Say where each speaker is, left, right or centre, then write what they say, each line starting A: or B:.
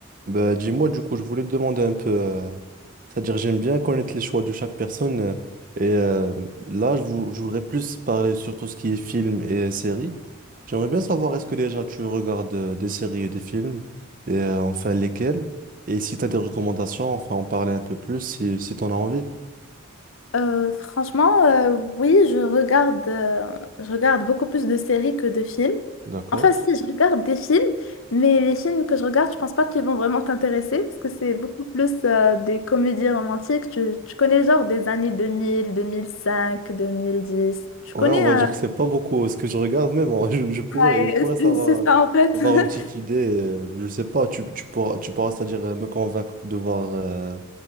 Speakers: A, on the right; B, on the left.
A: Bah, dis-moi, du coup, je voulais te demander un peu. euh, c'est-à-dire, j'aime bien connaître les choix de chaque personne. euh, et euh, là, je, vou- je voudrais plus parler sur tout ce qui est films et séries. J'aimerais bien savoir, est-ce que déjà tu regardes euh, des séries et des films? Et euh, enfin, lesquels? Et si tu as des recommandations, enfin, en parler un peu plus si, si tu en as envie.
B: Euh, franchement, euh, oui, je regarde, euh, je regarde beaucoup plus de séries que de films.
A: D'accord?
B: Enfin, si, je regarde des films, mais les films que je regarde, je pense pas qu'ils vont vraiment t'intéresser, parce que c'est beaucoup plus euh, des comédies romantiques. Tu, tu connais le genre des années deux deux mille deux mille cinq deux mille dix Tu connais...
A: Ouais, on va
B: euh,
A: dire que c'est pas beaucoup euh, ce que je regarde, mais bon, <laughs> je, je pourrais,
B: Ouais,
A: je pourrais savoir,
B: c'est c'est ça en fait.
A: avoir
B: <laughs>
A: une petite idée. euh, je sais pas, tu, tu pourras, tu pourras, c'est-à-dire, euh, me convaincre de voir. euh,